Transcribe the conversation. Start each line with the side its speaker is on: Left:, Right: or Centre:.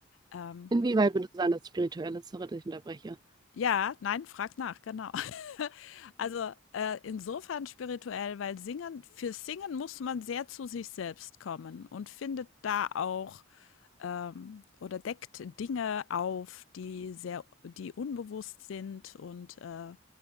Left: Ähm,
Right: Inwieweit würde es sein, dass es spirituell ist? Sorry, dass ich unterbreche.
Left: Ja, nein, frag nach, genau. <laughs> Also, äh, insofern spirituell, weil singen, für Singen muss man sehr zu sich selbst kommen und findet da auch ähm, oder deckt Dinge auf, die sehr, die unbewusst sind und äh,